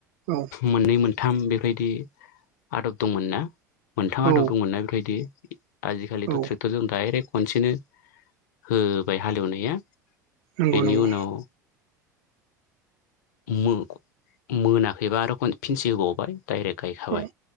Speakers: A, on the right (about 55°); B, on the left (about 65°).
A: औ
B: मोननै मोनथाम बेबायदि आदब दंमोन ना मोनथाम आदब
A: औ
B: दंमोनना बेफोरबायदि आजिखालिथ'
A: औ
B: ट्रेक्टरजों डाइरेक्ट खनसेनो होबाय हालेवनाया
A: नंगौ
B: बेनि
A: नंगौ
B: उनाव मो मोनाखैबा आरो खन फिनसे होबावबाय डाइरेक्ट गायखाबाय
A: औ